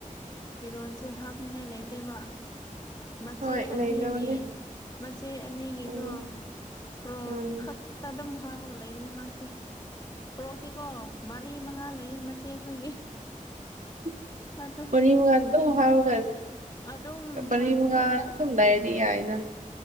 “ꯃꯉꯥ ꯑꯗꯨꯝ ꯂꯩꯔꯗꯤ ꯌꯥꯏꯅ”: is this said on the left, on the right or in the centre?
Right